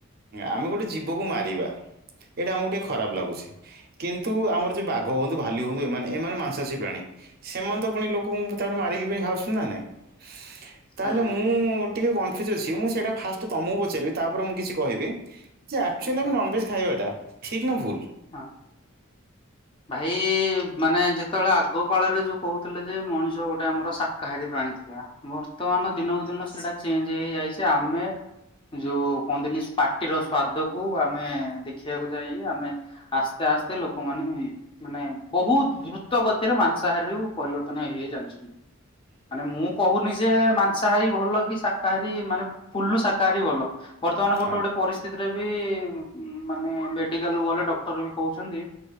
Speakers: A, on the right (about 45°); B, on the left (about 25°).
A: ଆମେ ଗୋଟେ ଜୀବକୁ ମାରିବା ଏଇଟା ଆମକୁ ଟିକେ ଖରାପ ଲାଗୁଛି। କିନ୍ତୁ ଆମର ଯେ ବାଘ ହୁଅନ୍ତୁ ଭାଲୁ ହୁଅନ୍ତୁ ଏମାନେ ଏମାନେ ମାଂସାଶୀ ପ୍ରାଣୀ ସି୍ ଏମାନେ ତ ପୁଣି ଲୋକଙ୍କୁ ତାପରେ ମାରିକି ପାଇଁ ଖାଉଛନ୍ତି ନା ନାଇଁ <inaudible> <inaudible> ତାହେଲେ
B: ଆଜ୍ଞା
A: ମୁଁଉଉଉ ଟିକେ କନଫ୍ୟୁଜ୍ ଅଛି ମୁଁ ସେଇଟା ଫାଷ୍ଟ୍ ତମୁକୁ ପଚାରିବି ତାପରେ ମୁଁ କିଛି କହିବି, ଯେ ଆକ୍ଚୁଆଲି
B: ହଁ
A: ଆମେ ନନଭେଜ୍ ଖାଇବାଟା ଠିକ୍ ନାଁ ଭୁଲ୍?
B: ହଁ <inaudible> ଭାଇ ଇଇଇ ମାନେ ଯେତଳେ ଆଗ କାଳରେ ଯୋଉ କହୁଥିଲେ ଯେ ମଣିଷ ଗୋଟେ ଆମର ଶାକାହାରୀ ପ୍ରାଣୀ ଥିଲା, ବର୍ତ୍ତମାନ ଦିନକୁ ଦିନ ସେଟା ଚେଞ୍ଜ୍ ହେଇହେଇଯାଇ ସେ ଆମେ ଯୋଉ କୁହନ୍ତିନି ସ୍ପା ପାଟିର ସ୍ଵାଦକୁୁ ଆମେ ଦେଖିବାକୁ ଯାଇ ଆମେ ଆସ୍ତେ ଆସ୍ତେ ଲୋକମାନେ ମାନେ ବହୁ ଦ୍ରୁତ ଗତିରେ ମାଂସହାରୀରୁ ପରିବର୍ତ୍ତନ ହେଇ ହେଇ ଚାଲିଛନ୍ତି। ମାନେ ମୁଁ କହୁନି ଯେ ମାଂସାହାରୀ ଭଲ କି ଶାକାହାରୀ ମାନେ ଫୁଲୁ ଶାକାହାରୀ ଭଲ ବର୍ତ୍ତମାନ ଗୋଟେ
A: ହଁ
B: ଗୋଟେ ପରିସ୍ଥିତି ରେ ବିଇଇ ମାନେ ମେଡିକାଲକୁ ଗଲେ ଡକ୍ ଡକ୍ଟର ବି କହୁଛନ୍ତି